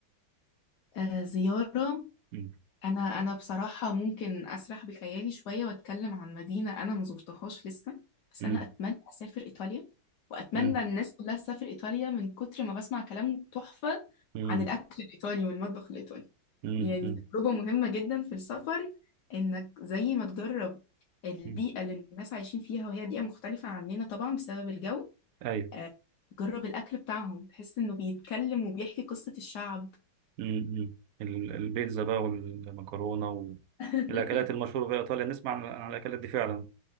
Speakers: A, on the left; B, on the right.
A: آه، زيارة
B: مم.
A: انا انا بصراحه ممكن اسرح بخيالي شويه واتكلم عن مدينه انا ما زرتهاش لسه بس
B: مم.
A: انا اتمنى اسافر ايطاليا واتمنى
B: مم.
A: الناس كلها تسافر ايطاليا من كتر ما بسمع كلام تحفه
B: مم.
A: عن الاكل الايطالي والمطبخ الايطالي
B: مم.
A: يعني
B: مم.
A: تجربه مهمه جدا في السفر انك زي ما تجرب البيئه
B: مم.
A: اللي الناس عايشين فيها وهي بيئه مختلفه عننا طبعا بسبب الجو
B: ايوه
A: آه، تجرب الاكل بتاعهم تحس انه بيتكلم وبيحكي قصه الشعب
B: مم. مم. ال- البيتزا بقى والمكرونه
A: <laughs>
B: والاكلات المشهوره في ايطاليا نسمع عن عن الاكلات دي فعلا